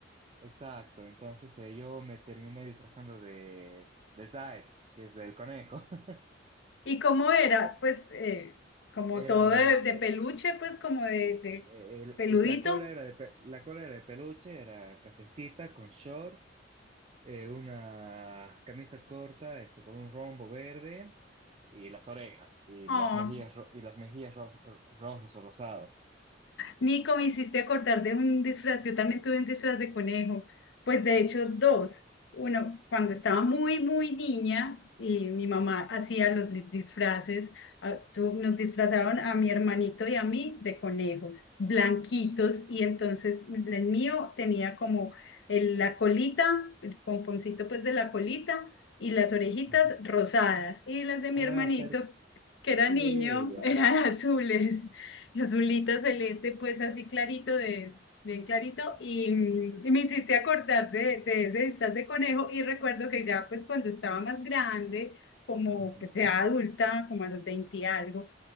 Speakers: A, on the right (about 35°); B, on the left (about 70°).
A: Exacto, entonces eh, yo me terminé disfrazando de, de Zaitz, que es del conejo. <laughs>
B: ¿Y cómo era? Pues eh, como
A: Era,
B: todo de, de
A: eh,
B: peluche,
A: eh,
B: pues como de, de
A: eh, el-
B: peludito.
A: la cola era de, pe- la cola era de peluche, era cafecita con shorts. eh, una camisa corta, este, con un rombo verde y las orejas y
B: Oh,
A: las mejillas ro- y las mejillas ro- rojas o rosadas.
B: Nico, me hiciste acordar de un disfraz. Yo también tuve un disfraz de conejo. Pues de hecho, dos. Uno, cuando estaba muy, muy niña y mi mamá hacía los li- disfraces, ah, tú, nos disfrazaban a mi hermanito y a mí de conejos, blanquitos. Y entonces el mío tenía como el- la colita, el pomponcito pues de la colita y las orejitas
A: Ujú.
B: rosadas. Y las de mi
A: Ah, no,
B: hermanito,
A: pero
B: que era
A: qué
B: niño,
A: bella.
B: <laughs> eran azules. <laughs> azulita celeste, pues así clarito, de, bien clarito, y, mm, y me hiciste acordar de, de ese disfraz de conejo y recuerdo que ya pues cuando estaba más grande, como
A: Ujú.
B: pues ya adulta, como a los 20 y algo,